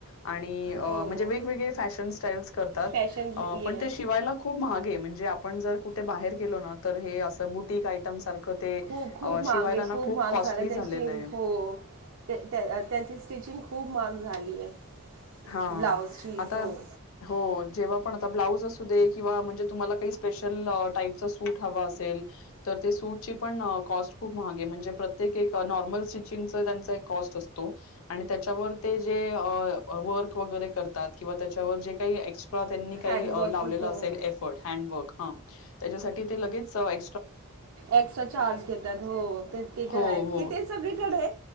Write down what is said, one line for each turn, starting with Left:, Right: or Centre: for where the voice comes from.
Left: आणि म्हणजे
Right: हो
Left: वेगवेगळे फॅशन स्टाईल्स करतात
Right: फॅशन
Left: अब
Right: ये
Left: शिवायला खूप महाग आहे म्हणजे आपण जर कुठे बाहेर गेलो ना तर हे असं बुटक आयटम सारखं. ते
Right: हो खूप
Left: अ,
Right: महागे
Left: शिवायला ना
Right: खूप महाग
Left: कॉस्टली
Right: झाल्यात त्यांची
Left: झालेलं आहे
Right: हो. त्या त्याची स्टिचिंग खूप महाग झाली आहे.
Left: हा
Right: ब्लाऊजची
Left: आता
Right: हो
Left: हो जेव्हा पण आता ब्लाऊज असू दे किंवा म्हणजे तुम्हांला काही स्पेशल टाईपच सूट हवं असेल. तर ते सूटची पण कॉस्ट खूप महागे म्हणजे प्रत्येक एक नॉर्मल स्टिचिंगचा त्यांचा एक कॉस्ट असतो. आणि त्याच्यावर ते जे अ वर्क वगैरे करतात किंवा त्याच्यावर जे काही एक्स्ट्रा त्यांनी काही
Right: हँडवर्क
Left: लावलेलं
Right: हो
Left: असेल
Right: हँडवर्क
Left: ए. हॅडवर्क ह त्यांच्यासाठी ते लगेच ए.
Right: एक्स्ट्रा चार्ज घेतात हो ते तिथे
Left: हो
Right: आहेत
Left: हो
Right: कि ते सगळीकडे